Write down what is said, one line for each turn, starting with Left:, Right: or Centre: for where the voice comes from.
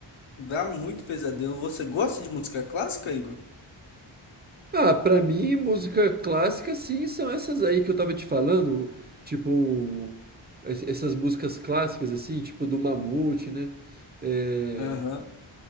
Left: Dá muito pesadelo. Você gosta de música clássica, Igor?
Right: Ah, pra mim, música clássica, sim, são essas aí que eu tava te falando, tipo, es- essas músicas clássicas, assim, tipo do Mamute, né? É,
Left: Aham.